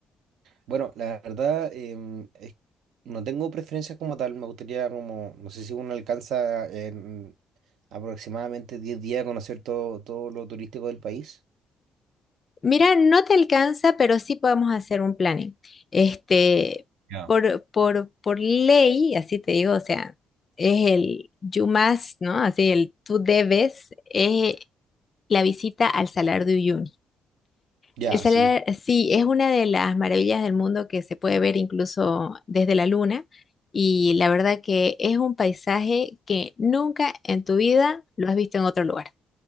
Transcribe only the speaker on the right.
Bueno, la verdad, em, es- no tengo preferencias como tal. Me gustaría como, no sé si uno alcanza en aproximadamente 10 días a conocer todo, todo lo turístico del país.
Ya.
Ya,
sí,